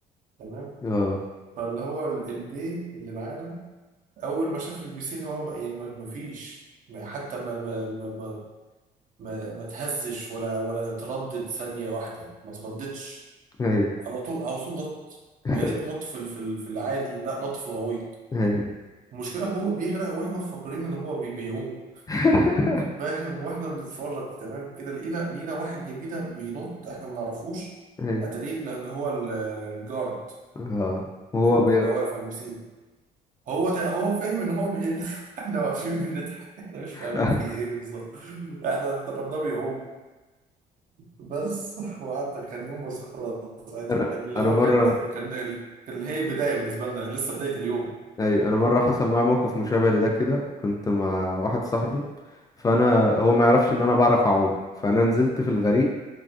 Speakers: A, on the right (about 50°); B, on the left (about 20°).
A: تمام
B: اه
A: فاللي هو ال- البي اللي معانا اول ما شاف البسين هو ما- يعني ما ما فيش ما- حتى ما ما ما ما ما, ما تهزش ولا ولا تردد ثانية واحدة ما ترددش
B: ايوه
A: على طول على طول نط
B: <laughs>
A: ويا ريت نط في ال- في ال- في العادي لا نط في الغويط
B: ايوه
A: المشكلة هو بيغرق واحنا مفكرين ان هو بي- بيعوم
B: <laughs>
A: فاهم واحنا بنتفرج تمام كده لقينا لقينا واحد جنبينا بينط احنا ما نعرفوش
B: ايوه
A: اتاري ال- اللي هو ال- الجارد
B: اه وهو
A: اللي
B: بيغرق
A: بيبقى واقف على البسين هو تا- هو فاهم ان هو بيغرق <laughs> احنا واقفين بنضحك احنا مش فاهمين
B: <laughs>
A: في ايه بالظبط احنا افتكرناه بيعوم بس وقعدت كان يوم مسخرة ساعتها
B: انا
A: كان اللي
B: انا
A: هو
B: مره
A: كان كان كان اللي هي البداية بالنسبة لنا لسه بداية اليوم
B: ايوه انا مره حصل معايا موقف مشابه لده كده كنت مع واحد صاحبي فانا هو ما يعرفش ان انا بعرف اعوم فانا نزلت في الغريق